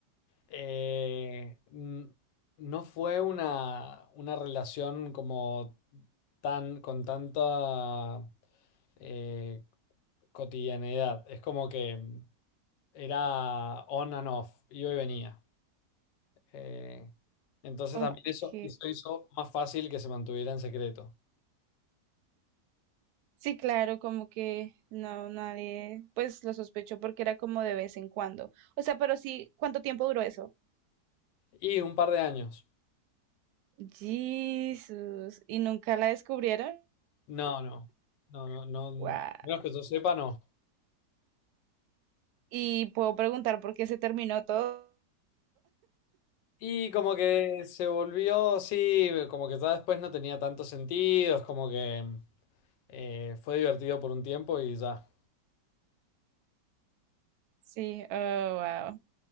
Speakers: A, on the left; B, on the right.
A: eh, n- no fue una, una relación como tan, con tanta eh, cotidianidad. Es como que era on and off, iba y venía. Eh, entonces
B: Ok.
A: también eso, eso hizo más fácil que se mantuviera en secreto.
B: Sí, claro, como que no, nadie, pues lo sospechó porque era como de vez en cuando. O sea, pero sí, ¿cuánto tiempo duró eso?
A: Y un par de años.
B: Jesús, ¿y nunca la descubrieron?
A: No, no, no, no, no,
B: Wow.
A: menos que yo sepa, no.
B: Y puedo preguntar por qué se terminó todo.
A: Y como que se volvió, sí, eh, como que ya después no tenía tanto sentido, es como que eh, fue divertido por un tiempo y ya.
B: Sí, oh, wow.